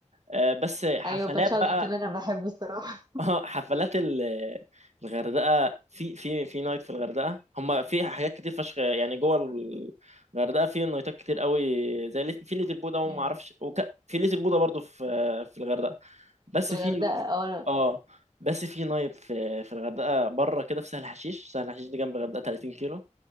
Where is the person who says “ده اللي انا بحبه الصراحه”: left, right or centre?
Right